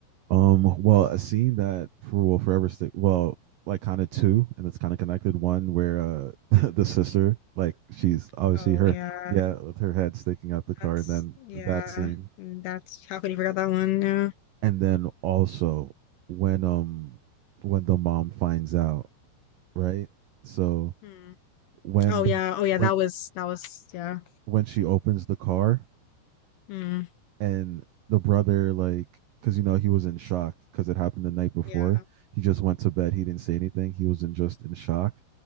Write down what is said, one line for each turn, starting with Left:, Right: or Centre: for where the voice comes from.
Right: Um, well, a scene that for will forever stick. Well, like kind of two, and it's kind of connected. One where uh <laughs> the sister, like she's obviously
Left: Oh
Right: her,
Left: yeah,
Right: yeah, with her head sticking out the car.
Left: that's
Right: And then
Left: yeah,
Right: that scene,
Left: mm, that's how could you forget that one? Yeah,
Right: and then also when um when the mom finds out, right? So
Left: Hmm.
Right: when
Left: Oh
Right: the
Left: yeah. Oh yeah.
Right: when
Left: That was that was yeah.
Right: when she opens the car
Left: Mm.
Right: and the brother like because you know he was in shock because it happened the night before
Left: yeah,
Right: he just went to bed he didn't say anything he was in just in shock